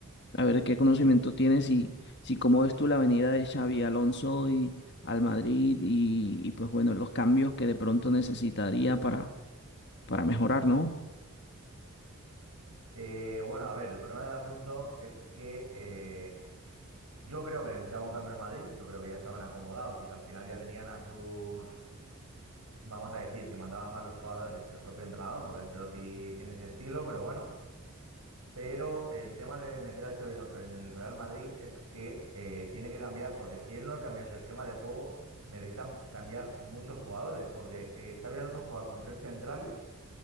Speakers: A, on the left; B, on the right.
A: a ver qué conocimiento tienes y si cómo ves tú la venida de Xavi Alonso y al Madrid y, y pues bueno, los cambios que de pronto necesitaría para, para mejorar, ¿no?
B: Eh, bueno, a ver, el problema del asunto es que eh, yo creo que necesitaba un cambio en Madrid, yo creo que ya estaban acomodados y que al final ya tenían a sus, vamos a decir, que mandaban más los jugadores que el propio entrenador, porque Ancelotti tiene ese estilo, pero bueno. Pero el tema de meter a Xabi Alonso en el Real Madrid es que eh, tiene que cambiar, porque si él no cambia su esquema de juego, necesitan cambiar muchos jugadores, porque eh, Xabi Alonso juega con tres centrales